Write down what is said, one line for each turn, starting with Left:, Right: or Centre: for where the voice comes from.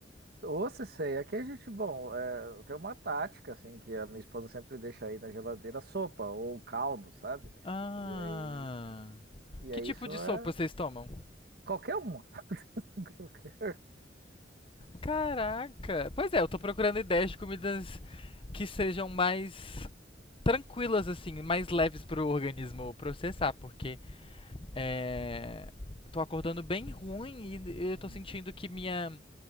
Right: Ou se sei, aqui a gente, bom, é, tem uma tática, assim, que a minha esposa sempre deixa aí na geladeira sopa ou caldo, sabe?
Left: Ah.
Right: E aí, e
Left: Que
Right: aí
Left: tipo
Right: isso
Left: de sopa
Right: é
Left: vocês tomam?
Right: qualquer uma. <laughs> Qualquer.
Left: Caraca! Pois é, eu tô procurando ideias de comidas que sejam mais tranquilas, assim, mais leves pro organismo processar, porque é. Tô acordando bem ruim e eu
Right: Uhum,
Left: tô sentindo que minha